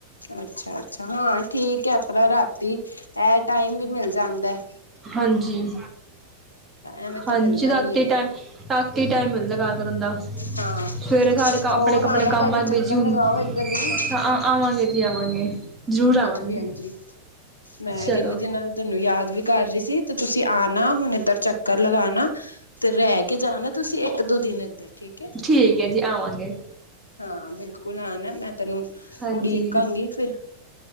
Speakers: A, on the left; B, on the right.
A: ਅੱਛਾ- ਅੱਛਾ ਹਾਂ ਠੀਕ ਹੈ। ਆਪਣਾ ਰਾਤੀ ਇਹ ਟਾਈਮ ਵੀ ਮਿਲ ਜਾਦਾ।
B: ਹਾਂਜੀ-
A: ਐਵੇਂ
B: ਹਾਂਜੀ
A: ਤੇ ਮਿਲਦਾ
B: ਰਾਤੀ
A: ਨੀ ਹੈ
B: ਟੈ ਰਾਤੀ ਟਾਈਮ ਮਿਲਦਾ। ਕਰਨ ਦਾ- ਸਵੇਰੇ
A: ਹਾਂ
B: ਸਾਰੇ ਆਪਣੇ-
A: ਹੋਰ
B: ਆਪਣੇ
A: ਆਣਾ
B: ਕੰਮਾਂ
A: ਕਦੀ ਚੱਕਰ
B: ਬਿਜੀ ਹੁੰਦੇ
A: ਲਗਾਓ ਇੱਧਰ ਵੀ
B: ਆਵਾਂਗੇ। ਆਵਾਂਗੇ ਜ਼ਰੂਰ ਆਵਾਂਗੇ।
A: ਹਾਂਜੀ-ਹਾਂਜੀ ਮੈਂ
B: ਚਲੋ
A: ਕਿਨੇ ਦਿਨਾ ਦਾ ਤੁਹਾਨੂੰ ਯਾਦ ਵੀ ਕਰ ਰਹੀ ਸੀ ਤੇ ਤੁਸੀ ਆਣਾ ਹੁਣ ਇਧਰ ਚਕਰ ਲਗਾਣਾ। ਤੇ ਰਹਿ ਕੇ ਜਾਣਾ ਤੁਸੀ ਇਕ ਦੋ ਦਿਨ ਇਧਰ ਠੀਕ ਹੈ
B: ਠੀਕ ਹੈ ਜੀ ਆਵਾਂਗੇ।
A: ਹਾਂ ਬਿਲਕੁਲ ਆ ਨਾ ਮੈਂ ਤੈਨੂੰ
B: ਹਾਂਜੀ
A: ਉਡੀਕਾਗੀ ਫਿਰ।